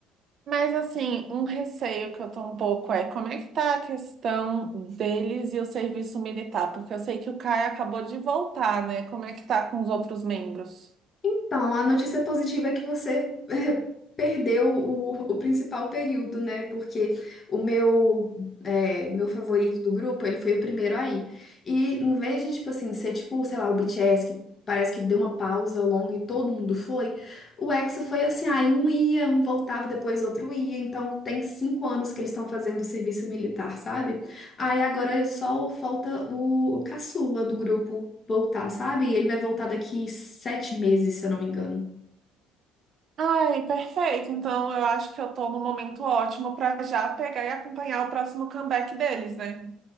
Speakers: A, on the right; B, on the left.
A: Mas assim, um receio que eu tô um pouco é como é que tá a questão deles e o serviço militar, porque eu sei que o Caio acabou de voltar, né? Como é que tá com os outros membros?
B: Então, a notícia positiva é que você eh, perdeu o, o principal período, né? Porque o meu, eh, meu favorito do grupo, ele foi o primeiro aí. E em vez de, tipo assim, ser tipo, sei lá, o BTS, que parece que deu uma pausa longa e todo mundo foi, o EXO foi assim, aí um ia, um voltava, depois outro ia. Então, tem cinco anos que eles estão fazendo o serviço militar, sabe? Aí agora só falta o, o caçula do grupo voltar, sabe? E ele vai voltar daqui sete meses, se eu não me engano.
A: Ai, perfeito. Então eu acho que eu tô no momento ótimo pra já pegar e acompanhar o próximo comeback deles, né?